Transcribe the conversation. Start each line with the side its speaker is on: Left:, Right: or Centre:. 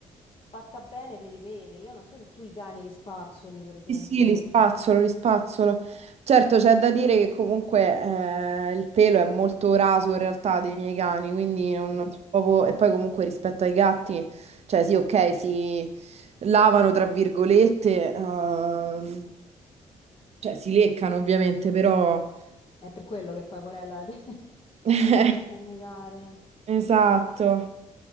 Left: fatta bene per i peli. Io non so se tu i cani li spazzoli, per esempio.
Right: Sì, sì, li spazzolo, li spazzolo. Certo, c'è da dire che comunque eh, il pelo è molto raso in realtà dei miei cani, quindi non
Left: Mm.
Right: non c'è proprio... E poi comunque rispetto ai gatti, cioè sì, ok, si lavano tra virgolette, ehm, cioè si leccano ovviamente, però...
Left: È per quello che poi Porella la de- <laughs>
Right: <laughs>
Left: lo deve vomitare.
Right: Esatto.